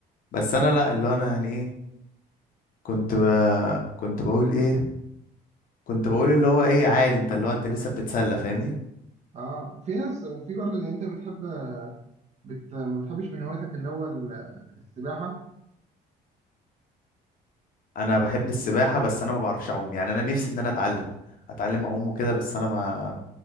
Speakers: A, on the left; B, on the right.
A: بس انا لا اللي هو انا يعني ايه كنت ب... كنت بقول ايه كنت بقول اللي هو ايه عادي انت اللي هو <laughs> انت لسه بتتسلى فاهمني
B: أه في ناس وفي برضه يعني أنت بتحب بت... ما بتحبش من هواياتك اللي هو ال- السباحة
A: انا بحب السباحه بس انا ما بعرفش اعوم يعني انا نفسي ان انا اتعلم اتعلم اعوم وكده بس انا ما